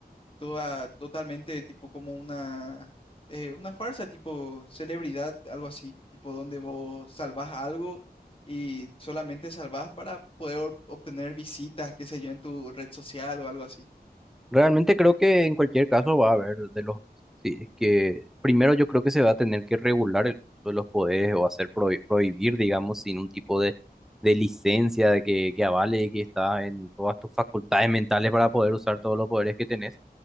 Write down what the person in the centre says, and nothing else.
Realmente creo que en cualquier caso va a haber de los... Sí, es que primero yo creo que se va a tener que regular el uso de los poderes o hacer prohi- prohibir, digamos, sin un tipo de, de licencia de que, que avale que está en todas tus facultades mentales para poder usar todos los poderes que tenés.